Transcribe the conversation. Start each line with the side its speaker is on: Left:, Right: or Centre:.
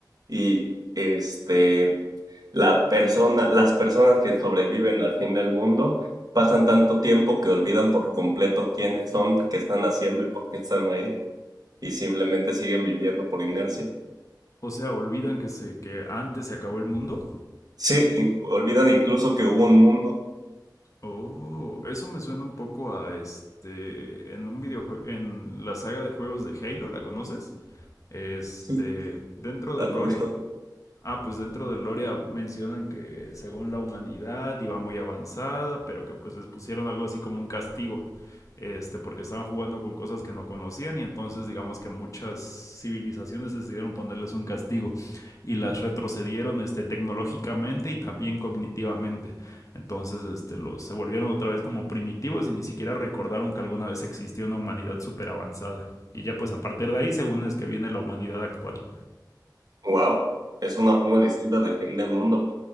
Right: y este, la persona, las personas que sobreviven al fin del mundo pasan tanto tiempo que olvidan por completo quiénes son, qué están haciendo y por qué están ahí, y simplemente siguen viviendo por inercia.
Left: O sea, olvidan que se que antes se acabó el mundo.
Right: Sí, in- olvidan incluso que hubo un mundo.
Left: Oh, eso me suena un poco a este en un videojuego en la saga de juegos de Halo, ¿la conoces? Este,
Right: Sí,
Left: dentro
Right: la
Left: del
Right: conozco.
Left: lore Ah, pues dentro de Loria mencionan que según la humanidad iba muy avanzada, pero que pues les pusieron algo así como un castigo, este, porque estaban jugando con cosas que no conocían y entonces digamos que muchas civilizaciones decidieron ponerles un castigo y las retrocedieron, este, tecnológicamente y también cognitivamente. Entonces, este, los, se volvieron otra vez como primitivos y ni siquiera recordaron que alguna vez existió una humanidad súper avanzada. Y ya pues a partir de ahí, según es que viene la humanidad actual.
Right: Wow, es una forma distinta de fin del mundo.